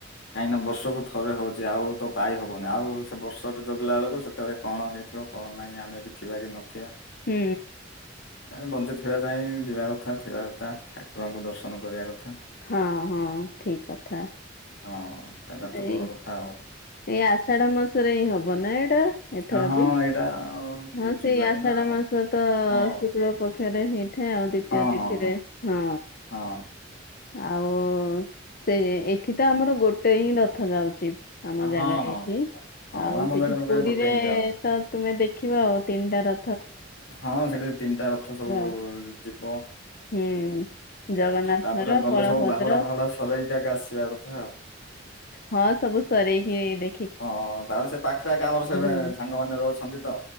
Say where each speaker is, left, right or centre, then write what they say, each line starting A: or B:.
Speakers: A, on the left; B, on the left.
A: କାହିଁକି ନା ବର୍ଷକୁ ଥରେ ହଉଛି ଆଉ ତ ପାଇ ହବନି, ଆଉ ସେ ବର୍ଷଟେ ଜଗିଲା ବେଳକୁ ସେ <unintelligible> କଣ ହେଇଥିବ କଣ ନାହିଁ ଆମେ ବି ଥିବା କି ନଥିବା।
B: ହୁଁ।
A: ବଞ୍ଚିଥିବା ଯାଏଁ ଯିବା କଥା, ଥିବା କଥା ଠାକୁରଙ୍କୁ ଦର୍ଶନ କରିବା କଥା।
B: ହଁ ହଁ ଠିକ୍ କଥା।
A: ହଁ ଏଇଟା ତ
B: ଏଇ
A: ବଡ କଥା ଆଉ।
B: ଏଇ ଆଷାଢ ମାସରେ ହିଁ ହବ ନା ଏଇଟା। ଏଥର
A: ହଁ।
B: ବି
A: ଏଇଟା
B: ହଁ
A: ଏଇ
B: ସେଇ
A: ଜୁଲାଇ
B: ଆଷାଢ
A: ନା
B: ମାସ ତ
A: ହଁ
B: ଶୁକ୍ଳ ପକ୍ଷରେ ହେଇଥାଏ ଆଉ ଦ୍ଵିତୀୟ
A: ହଁ
B: ତିଥିରେ।
A: ହଁ
B: ହଁ।
A: ହଁ
B: ଆଉ ସେ ଏଠି ତ ଆମର ଗୋ ଗୋଟେହିଁ ରଥ ଯାଉଛି, ଆମ ଜାଗାରେ
A: ହଁ ହଁ
B: ଏଠି।
A: ହଁ
B: ଆଉ
A: ଆମ
B: ସେଠି
A: ଜାଗାରେ ପ୍ରାୟ
B: ପୁରୀରେ
A: ଗୋଟେ ହିଁ ଯାଉଛି
B: ତ ତୁମେ ଦେଖିବ ଆଉ ତିନିଟା ର
A: ହଁ, ସେଠି ତିନିଟା ରଥ ସବୁ
B: ଆଉ
A: ଯିବ।
B: ହୁଁ ଜଗନ୍ନାଥଙ୍କର
A: ତାପରେ ଗଲେ
B: ବଳଭଦ୍ର
A: ସବୁ ବାହୁଡା ଫାହୁଡା ସରେଇ ଆଗେ ଆସିବା କଥା ଆଉ।
B: ହଁ ସବୁ ସରେଇକି ଦେ
A: ହଁ ତା ପରେ ସେ ପାଖପାଖି ଆମର <unintelligible>
B: ହୁଅନ୍ତୁ।
A: ସାଙ୍ଗମାନେ ରହୁଛନ୍ତି ତ,